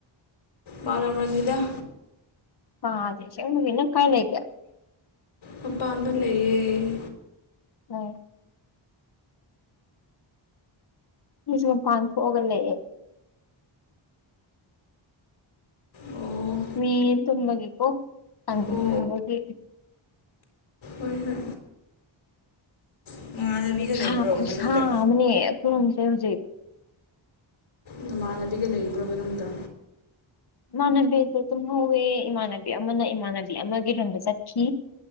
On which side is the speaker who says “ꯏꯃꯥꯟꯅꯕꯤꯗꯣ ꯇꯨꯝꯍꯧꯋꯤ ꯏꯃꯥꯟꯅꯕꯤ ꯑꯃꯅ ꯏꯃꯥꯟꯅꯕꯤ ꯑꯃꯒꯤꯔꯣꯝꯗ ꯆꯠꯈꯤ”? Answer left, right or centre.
Left